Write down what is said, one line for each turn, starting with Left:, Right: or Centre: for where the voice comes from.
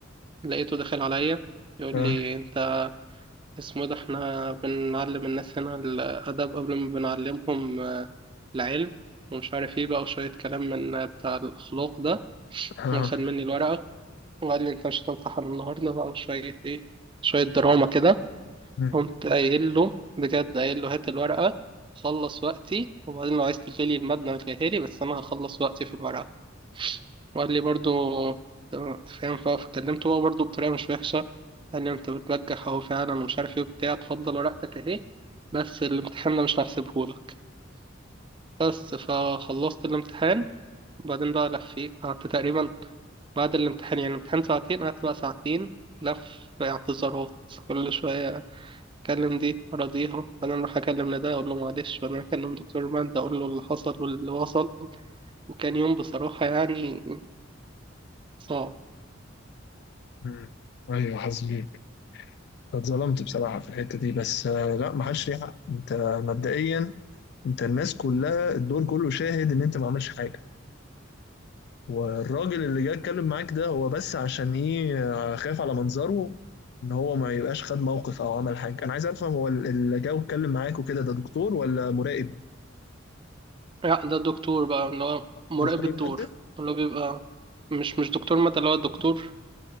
Right: لقيته داخل عليا يقول
Left: آه.
Right: لي انت اسمه إيه ده احنا بنعلم الناس هنا الأدب قبل ما بنعلمهم آه، العلم ومش عارف ايه بقى وشوية كلام من آه، بتاع الأخلاق ده
Left: آه.
Right: واخد مني الورقة وقال لي انت مش هتمتحن النهاردة بقى وشوية ايه شوية دراما كده
Left: مم.
Right: قمت قايل له بجد قايل له هات الورقة خلص وقتي وبعدين لو عايز تلغي لي المادة ما تلغيها لي بس أنا هخلص وقتي في الورقة وقال لي برضو تمام، فاهم فكلمته هو برضو بطريقة مش وحشة قال لي انت بتبجح اهو فعلا ومش عارف ايه وبتاع تفضل ورقتك اهي بس الامتحان ده مش هحسبهولك بس فخلصت الامتحان وبعدين بقى لفيت قعدت تقريبا بعد الامتحان يعني الامتحان ساعتين قعدت بقى ساعتين لف اعتذارات كل شوية أكلم دي أراضيها وبعدين أروح أكلم لده أقول له معلش وبعدين أكلم دكتور مادة أقول له اللي حصل واللي وصل وكان يوم بصراحة يعني صعب
Left: مم. أيوه حاسبين اتظلمت بصراحة في الحتة دي بس آه، لا ما حدش ليه حق انت مبدئيا انت الناس كلها الدور كله شاهد ان انت ما عملش حاجة والراجل اللي جه اتكلم معاك ده هو بس عشان ايه آه، خايف على منظره ان هو ما يبقاش خد موقف او عمل حاجة انا عايز افهم هو ال- اللي جه واتكلم معاك وكده ده دكتور ولا مراقب
Right: لا ده الدكتور بقى اللي هو مراقب
Left: دكتور
Right: الدور
Left: المادة
Right: اللي هو بيبقى مش مش دكتور مادة اللي هو دكتور